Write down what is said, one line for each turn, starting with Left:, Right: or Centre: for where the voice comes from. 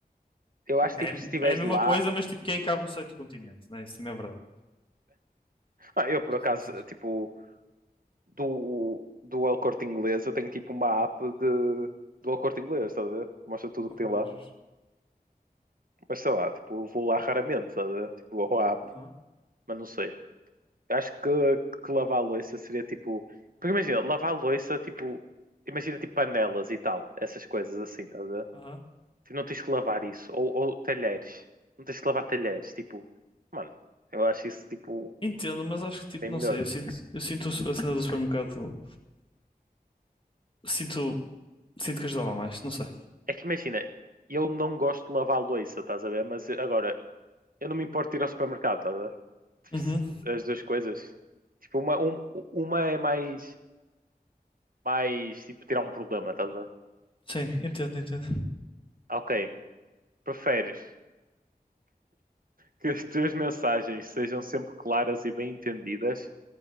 Right: Eu acho
Left: Ah,
Right: tipo,
Left: É,
Right: se estiveres
Left: é a mesma
Right: lá.
Left: coisa, mas tipo, quem é que abre o site do Continente, né? Isso também é verdade.
Right: Ah, eu por
Left: Isso
Right: acaso,
Left: existe.
Right: tipo, do, do El Corte Inglês, eu tenho tipo uma app de, do El Corte Inglês, estás a ver? Mostra tudo o
Left: Ok,
Right: que tem lá.
Left: justo.
Right: Mas sei lá, tipo, eu vou lá raramente, estás a ver? Tipo, a app,
Left: Aham,
Right: mas não sei. Eu Acho que, que lavar a louça seria tipo. Porque imagina, lavar a louça, tipo. Imagina tipo panelas e tal, essas coisas assim, estás a ver?
Left: aham.
Right: Tipo, não tens que lavar isso. Ou, ou talheres. Não tens que lavar talheres. Tipo, mano, eu acho isso tipo
Left: Entendo, mas acho que tipo,
Right: bem
Left: não
Right: melhor.
Left: sei, eu sinto, eu sinto a cena do supermercado. Sinto, sinto que ajudava mais, não sei.
Right: É que imagina, eu não gosto de lavar a louça, estás a ver? Mas agora, eu não me importo de ir ao supermercado, estás a ver? Tipo,
Left: Uhum.
Right: se- As duas coisas. Tipo, uma, um- uma é mais, mais tipo tirar um problema, estás a ver?
Left: Sim, entendo, entendo.
Right: Ah, Ok, preferes Que as tuas mensagens sejam sempre claras e bem entendidas